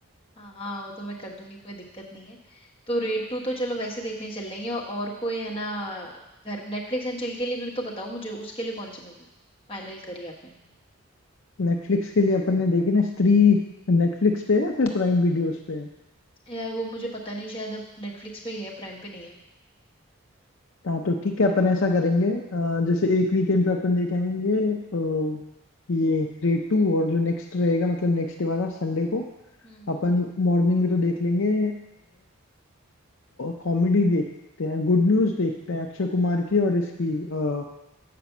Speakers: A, on the left (about 25°); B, on the left (about 60°).
A: हाँ हाँ वो तो मैं कर दूंगी कोई दिक्कत नहीं है तो रेड टू तो चलो वैसे देखने चल लेंगे और और कोई है ना घर नेटफ्लिक्स एंड चिल के लिए भी तो बताओ मुझे उसके लिए कौन सी मूवी फाइनल करी आपने
B: नेटफ्लिक्स के लिए अपन ने देखी ना स्त्री नेटफ्लिक्स पे है या फिर प्राइम वीडियोस पे है
A: यार वो मुझे पता नहीं शायद अब नेटफ्लिक्स पे ही है प्राइम पे नहीं है
B: हाँ तो ठीक है अपन ऐसा करेंगे अ, जैसे एक वीकेंड पे अपन देखेंगे अ, ये रेड टू और जो नेक्स्ट रहेगा मतलब नेक्स्ट डे वाला संडे को
A: हम्म
B: अपन मॉर्निंग में तो देख लेंगे कॉमेडी देखते हैं गुड न्यूज देखते हैं अक्षय कुमार की और इसकी अ,